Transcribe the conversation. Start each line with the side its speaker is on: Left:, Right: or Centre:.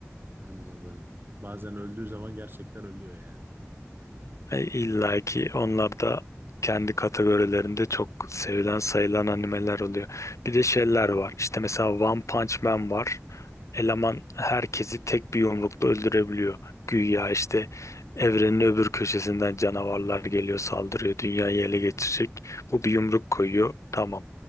Right: anladım. Bazen öldüğü zaman gerçekten ölüyor yani.
Left: E, İlla ki onlar da kendi kategorilerinde çok sevilen sayılan animeler oluyor. Bir de şeyler var. İşte mesela One Punch Man var. Eleman herkesi tek bir yumrukla öldürebiliyor. Güya işte evrenin öbür köşesinden canavarlar geliyor, saldırıyor, dünyayı ele geçirecek. Bu bir yumruk koyuyor. Tamam.